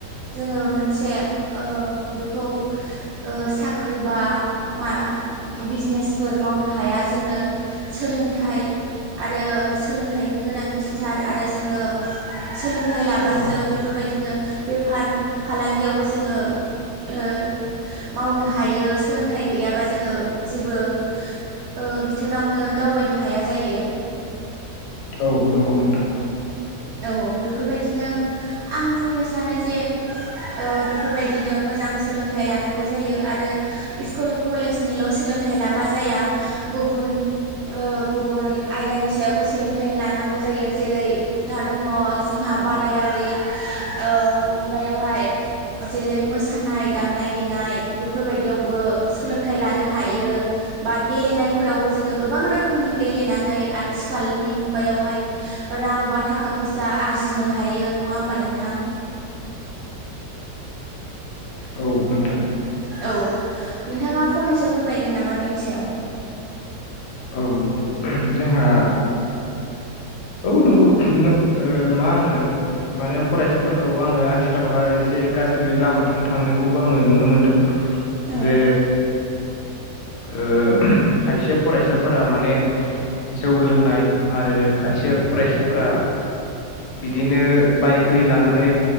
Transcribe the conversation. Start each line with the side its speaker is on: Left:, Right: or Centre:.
Right: जोङो मोनसे ओं बेखौ ओ साख्रि बा मा बिजनेसफोर मावनो हाया। जोंनो सोलोंथाइ आरो सोलोंथाइनि गोनांथि थार आरो जोङो सोलोंथाइ लाबासो
Left: अ
Right: बेफोरबायदिनो बेफार फालांगियावबो जोङो ओ मावनो हायो सोलोंथाइ गैयाबा जोङो जेबो ओ बिथोनावनो दावबायनो हाया जायो।
Left: औ नंगौ नोंथां औ
Right: औ बेफोरबायदिनो आं बुंनो सानो जे ओ बेफोरबायदिनो मोजां सोलोंथाइ लानांगौ जायो आरो स्कुल कलेजनिल' सोलोंथाइ लाबा जाया गुबुन ओ गुबुन आयदानि सायावबो सोलोंथाइ लानांगौ जायो जेरै दा दङ जोंहा बादायारि ओ मुगायावहाय जेरै मोसानाय दामनाय देनाय बेफोरबायदियावबो सोलोंथाइ लानो हायो। बा गेलेनायफोरावबो जोङो गोबां रोखोमनि गेलेनानै आथिखालनि मुगायावहाय रांबा थाखा फैसा आरजिनो हायो नङा होमबा नोंथां
Left: औ नोंथां
Right: औ नोंथाङा फंनैसो फोरमायगोन नामा बिनि सायाव
Left: औ जोंहा
Right: औ
Left: औ नंगौ मा होनो ओ माने फरायसाफोरखौ आङो आथिखालावहाय एसे गाज्रि लामाथिं थांनायखौबो आङो नुनो मोन्दों
Right: औ
Left: जे ओ खायसे फरायसाफोरा माने जौ लोंनाय आरो खायसे फरायसाफोरा बिदिनो बायक होरि लानानै